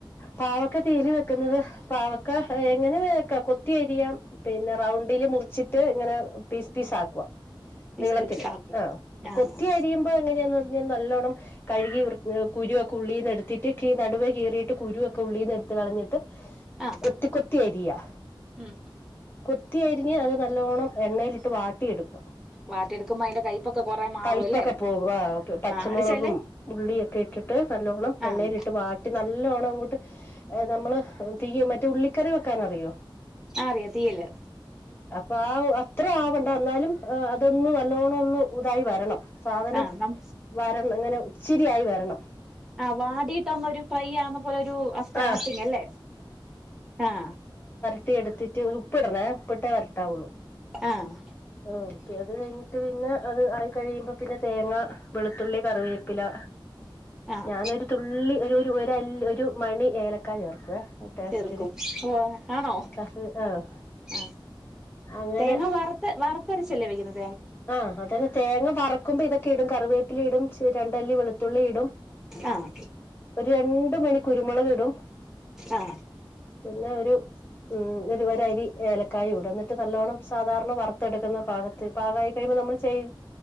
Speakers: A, on the left (about 25°); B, in the centre.
A: പാവക്ക തീയല് വെക്കുന്നത് പാവയ്ക്ക എങ്ങനേം വെക്കാം. കൊത്തി അരിയാം, പിന്നെ റൗണ്ടില് മുറിച്ചി ട്ട് ങ്ങനെ പീസ് പീസ് ആക്കുവ. നീളത്തില്
B: ഇസ്പിക്സാക്കും
A: ആഹ്,
B: ആഹ്
A: കൊത്തി അരിയുമ്പോ എങ്ങനെയാന്ന് പറഞ്ഞാൽ നല്ലോണം കഴുകി വൃ കുരുവൊക്കെ ഉള്ളീന്ന് എടുത്തിട്ട് കീ നടുവെ കീറി കുരുവൊക്കെ ഉള്ളീന്ന് എടുത്ത് കളഞ്ഞിട്ട്
B: ആഹ്
A: കൊത്തി കൊത്തി അരിയാ.
B: ഉം ഉം
A: കൊത് കൊത്തിയരിഞ്ഞ് അത് നല്ലോണം എണ്ണയിലിട്ട് വാട്ടിയെടുക്
B: വാട്ടിയെടുക്കുമ്പോ അതിന്റെ കയ്പ്പൊക്കെ കൊറേ മാറും
A: കൈപ്പൊക്കെ
B: അല്ലേ
A: പോവും. ആഹ് ഓക്കെ പച്ചമുളകും
B: അത് ചെല
A: ഉള്ളിയൊക്കെ ഇട്ടിട്ട് നല്ലോണം എണ്ണയിലിട്ട്
B: ആഹ്
A: വാട്ടി ന അങ്ങോട്ട് നമ്മള് തീയ് മറ്റേ ഉള്ളിക്കറി വെക്കാൻ അറിയോ?
B: ആഹ് അറിയാ തീയല്.
A: വാവ് അത്ര ആവണ്ട എന്നാലും അതൊന്ന് നല്ലോണൊന്ന് ഇതായി വരണം. സാധനം,
B: ആഹ്
A: വരണ് ങ്ങനെ ഇച്ചിരിയായി വരണം.
B: ആഹ് വാടീട്ടൊന്നൊരു ഫ്രൈയ്യാവു പോലൊരൂ സ്റ്റാർട്ടിങല്ലേ.
A: ആ
B: ആഹ്
A: ട്ടി എടുത്തിട്ട്, ഉപ്പിടണേ ഉപ്പിട്ടേ വരട്ടാവുള്ളൂ.
B: ആഹ്
A: ആഹ് അത് കഴിഞ്ഞിട്ട് പിന്നേ, അത് ആയി കഴിയുമ്പോ പിന്നെ തേങ്ങ, വെളുത്തുള്ളി, കറിവേപ്പില
B: ആഹ്
A: ഞാനൊരു തുള്ളി ഒരു ഒരല്ലി ഒര് ഒരു മണി ഏലക്കായ ചേർക്കുവേ. ടേസ്റ്റിന്
B: ചേർക്കും. ഉവ്വാ ആണോ?
A: കറി ആഹ്
B: ആഹ്
A: അങ്ങനെ
B: തേങ്ങ വറുത്ത് വറുത്തരച്ചല്ലേ വയ്ക്കുന്നത്
A: ആഹ് അതന്നെ തേങ്ങ വറ്ക്കുമ്പോ ഇതൊക്കെ ഇടും കറിവേപ്പില ഇടും ചെ <unintelligible> രണ്ടല്ലി വെളുത്തുള്ളി ഇടും
B: ആഹ്
A: ഒരു രണ്ട് മണി കുരുമൊളക് ഇടും
B: ആഹ്
A: പിന്നെ ഒരു ഉം ഒരു ഒര് അരി ഏലക്കായ ഇടും എന്നിട്ട് നല്ലോണം സാധാരണ വറുത്തെടുക്കുന്ന പാകത്തിൽ പാകായി കഴിയുമ്പോ നമ്മള് ചെയ്യ്